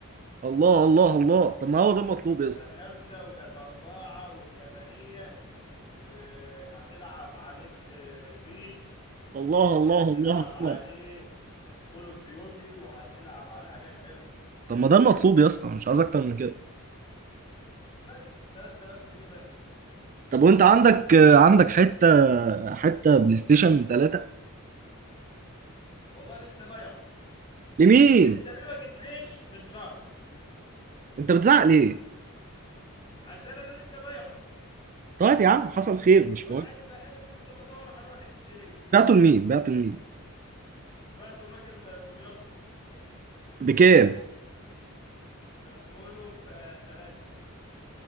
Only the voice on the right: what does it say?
الله الله الله طب ما هو ده المطلوب
يا اسطى
الله
الله الله
الله
طب ما ده المطلوب يا اسطى أنا مش عايز اكتر من كده
طب وانت عندك آه، عندك حته حته بلاي ستيشن 3
لمين
انت بتزعق ليه
طيب يا عم حصل خير مش
مهم
بعته لمين بعته لمين
بكام